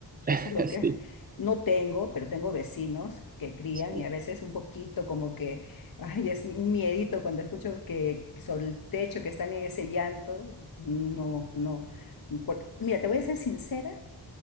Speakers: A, on the left (about 50°); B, on the right (about 20°).
A: Eso
B: <laughs>
A: es lo que
B: Sí,
A: no tengo, pero tengo vecinos que crían
B: sí.
A: y a veces un poquito como que, ay, es un miedito cuando escucho que sobre el techo que están en ese llanto. No, no. Por- mira, te voy a ser sincera